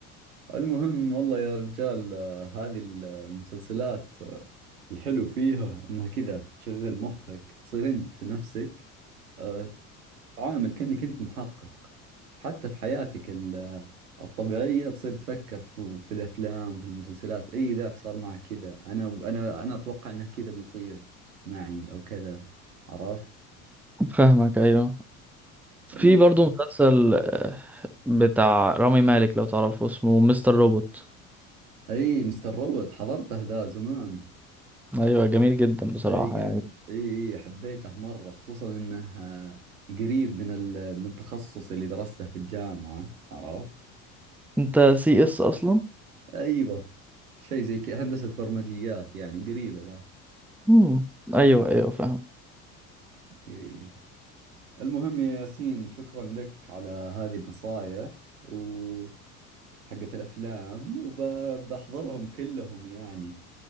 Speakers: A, on the right; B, in the centre.
A: المهم والله يا رجال آه، هذه المسلسلات آه، الحلو فيها انها كذا تشغل مخك تصير انت نفسك آه، تتعامل كأنك انت محقق حتى في حياتك ال- آه، الطبيعية تصير تفكر في, في الافلام في المسلسلات اي ذاك صار معه كذا انا وانا انا اتوقع انه كذا بيصير معي او كذا عرفت
B: فاهمك ايوه في
A: اي
B: برضه مسلسل آه، بتاع رامي مالك لو تعرفه اسمه مستر روبوت
A: اي مستر روبوت حضرته ذا زمان
B: ايوه جميل جدا بصراحة
A: اي جم-
B: يعني
A: اي اي حبيته مرة خصوصا انه آه، قريب من ال... من تخصصي اللي درسته في الجامعة عرفت
B: انت سي اس اصلا
A: ايوه شيء زي كذا هندسة برمجيات يعني قريبة له
B: مم. ايوه ايوه فاهم
A: إيه. المهم يا ياسين شكرا لك على هذه النصائح و حقت الأفلام وبحضرهم كلهم يعني